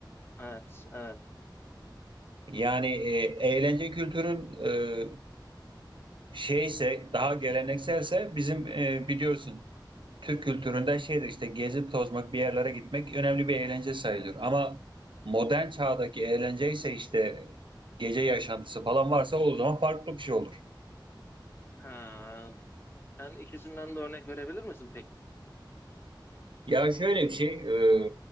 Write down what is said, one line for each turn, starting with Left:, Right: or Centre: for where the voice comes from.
Left: Evet, evet.
Right: Yani e, eğlence kültürün e, şeyse, daha gelenekselse bizim e, biliyorsun Türk kültüründe şeydir işte gezip tozmak, bir yerlere gitmek önemli bir eğlence sayılır. Ama modern çağdaki eğlence ise işte gece yaşantısı falan varsa o zaman farklı bir şey olur.
Left: Ha, sen ikisinden de örnek verebilir misin peki?
Right: Ya şöyle bir şey, e,